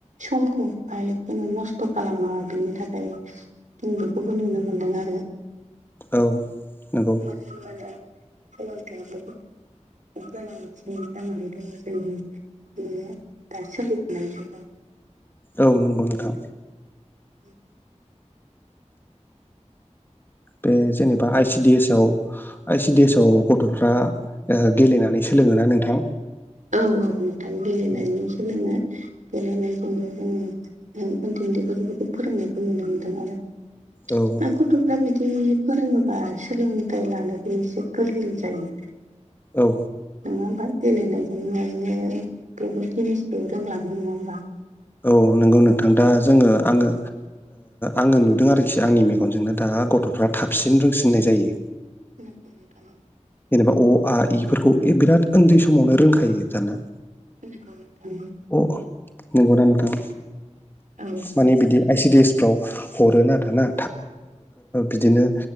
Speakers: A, on the right; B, on the left.
A: समखौहाय बिदिनो नस्थ' खालामा बिनि थाखाय <unintelligible> बेखौबो नुनो मोनदों आरो
B: औ नंगौ
A: नुनो मोन्दों सोलोंथाया बहुत गोनांथि जानानै दङ' जोंनि बिनो दा सोलिबोनाय जाबाय
B: औ नंगौ नोंथां
A: उ
B: बे जेनेबा आइ सि डि एस आव आइ सि डे एसाव गथ'फ्रा गेलेनानै सोलोङोना नोंथां
A: औ औ नोंथां गेलेनायजों
B: औ
A: सोलोङो गेलेनायजोंनो जोङो उन्दै उन्दैफोरखौ फोरोंनायखौ नुनो मोनदों आरो
B: औ
A: बै गथ' फ्रा बिदि फोरोङोबा सोलोंथाइ लानोबो एसे गोरलै जायो
B: औ
A: नङा होमबा गेलेनायजों नायनो बेफोर जिनिस बे रोंलाङो नङा होमबा
B: औ नंगौ नोंथां दा जोङो आङो आङो नुदों आरोखि आंनि मेगनजोंनो दा गथ'फ्रा थाबसिन रोंसिननाय जायो
A: नंगौ नोंथां
B: जेनेबा अ आ इ फोरखौ बिराद उन्दै समावनो रोंखायो दाना
A: नंगौ नोंथां ओम
B: अ नंगौ ना नोंथां
A: औ
B: माने बिदि आइ सि डि एस फ्राव हरो आरोना बिदिनो